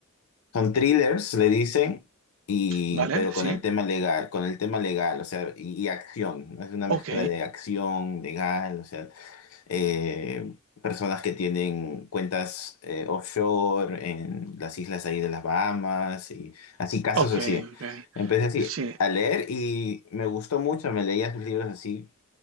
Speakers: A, on the left; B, on the right.
A: son thrillers, le dicen, y,
B: ¿vale?
A: pero con
B: Sí.
A: el tema legal, con el tema legal, o sea, y, y acción. ¿no? Es una mezcla
B: Ok,
A: de acción, legal, o sea, eh, personas que tienen cuentas eh, offshore en las islas ahí de las Bahamas, y así, casos
B: ok,
A: así.
B: ok.
A: Empecé así
B: Sí.
A: a leer y me gustó mucho, me leía sus libros así,